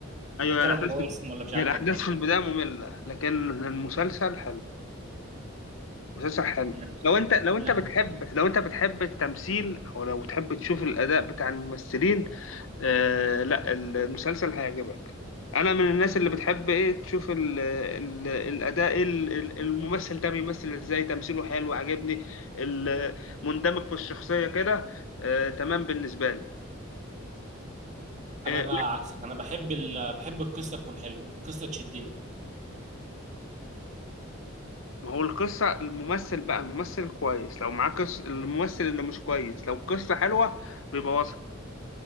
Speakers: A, on the left; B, on the right.
A: ايوه هي
B: ثلاث
A: الاحداث
B: مواسم
A: في
B: ولا مش عارف
A: هي الاحداث
B: قد ايه
A: في البدايه ممله لكن المسلسل حلو مسلسل حلو
B: أنا-
A: لو انت لو انت
B: لا
A: بتحب لو انت بتحب التمثيل او لو بتحب تشوف الاداء بتاع الممثلين آه لا المسلسل هيعجبك انا من الناس اللي بتحب ايه تشوف ال ال الاداء ال- ال- الممثل ده بيمثل ازاي تمثيله حلو عجبني ال- مندمج في الشخصيه كده آه تمام بالنسبه لي آه،
B: انا بقى عكسك انا بحب ال... بحب القصه تكون حلوه القصه تشدني
A: ما هو القصة الممثل بقى الممثل كويس لو معاه قصة الممثل اللي مش كويس لو القصة حلوة بيبوظها